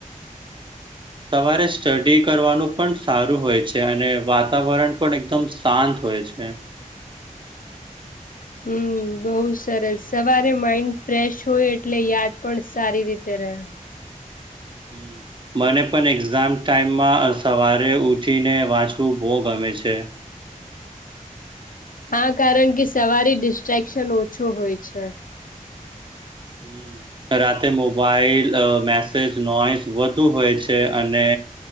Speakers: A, on the right; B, on the left.
A: સવારે સ્ટડી કરવાનું પણ સારું હોય છે અને વાત વાતાવરણ પણ એકદમ શાંત હોય છે
B: હમ્મ બઉ સરસ સવારે માઈન્ડ ફ્રેશ હોય એટલે યાદ પણ સારી રીતે રહે.
A: હમ્મ. મને પણ એક્ઝામ ટાઈમમાં સવારે ઉઠીને વાંચવું બહુ ગમે છે
B: હા કારણ કે સવારે ડિસ્ટ્રેક્શન ઓછું હોય છે
A: હમ્મ રાતે મોબાઈલ અહ મેસ <unintelligible> નોઈસ વધુ હોય છે અને